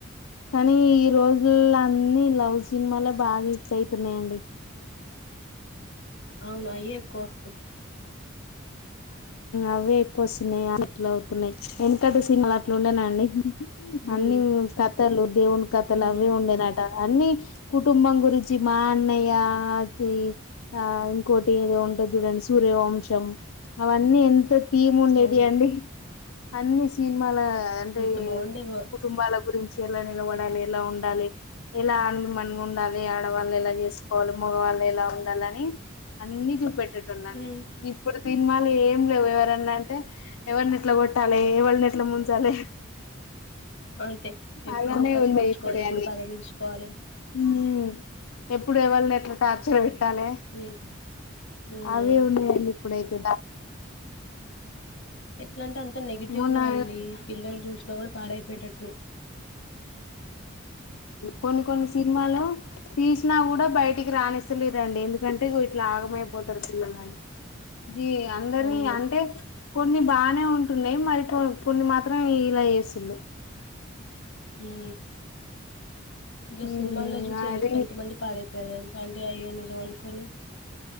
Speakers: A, on the left; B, on the left.
A: కానీ ఈ రోజుల అన్నిీ లవ్ సినిమాలే బాగా హిస్ అయితున్నాయంండి
B: అవును అయ్యేక్క అ
A: అవే ఎక్కువ వస్తున్నాయి అ ఇట్లా అవుతున్నాయి ఎనుకంట సినిమాలు అట్లు ఉండేనా అండి
B: ఉమ్
A: అన్నిీ కథలు దేవుని కథలు
B: ఉమ్
A: అవిే ఉండేనట అన్నీ కుటుంబం గురించి మా అన్నయ్య అతి ఆ ఇంకోటి ఏదో ఉంటది చూడండి సూర్యవంశం అవన్నీ ఎంత తీముండేది
B: అవును
A: అండి అన్ని సీన్ కు మాల అంట
B: ఇంత బాగుండేవో
A: కుటుంబాల గురించి ఎలా నిలబడాలి ఎలా ఉండాలి ఎలా ఆ మనగా ఉండాలి ఆడవాళ్ళు ఎలా చేసుకోవాలి మగవాళ్ళు ఎలా ఉండాలిని అన్ని చూపె ళడిప్పుడు
B: ఉమ్
A: ఏం లేవు ఎవరన్నా అంటే ఎవరిని ఎట్లా కొట్టాలి ఎవరిని ఎట్లా ముంచాలి
B: అంతే ఎప్పుడు
A: అలానే
B: కసిి
A: ఉన్నాయి
B: తీర్చుకోవాలి
A: ఇప్పుడే
B: ఎప్పుడు
A: అన్ని
B: పగ తీర్సుుకోవాలి
A: ఉమ్ ఎప్పుడు ఎవళని ఎట్లా టార్చర్ పెట్ ట్టాల
B: ఉమ్ ఉమ్
A: అవి ఉన్నాయంండి ఇప్పుడయితే
B: ఎట్లా అంటే అంత నెగిటివ్గా
A: మొన్న
B: అండి పిల్లలు చూసినా కూడా పాడయిపటట్టు
A: కొని కొన్ని సినిమాలు తీసినా కూడా బయటికి రానిస్తలే రండి ఎందుకంటే ఇట్లా ఆగమైపోతారు పిల్లలు అ జీ అందరినీ
B: అవును
A: అంటే కొన్ని బాగానే ఉంటున్నాయి మరి కొ కొన్ని మాత్రం ఇలా వసుళు
B: హ ఇలా
A: మ్మ్
B: సినిమాల్లో చూసి
A: అది
B: ఎ ఎంత మంది పాడైంది సంండే అయ్య నిజం అనుకుొని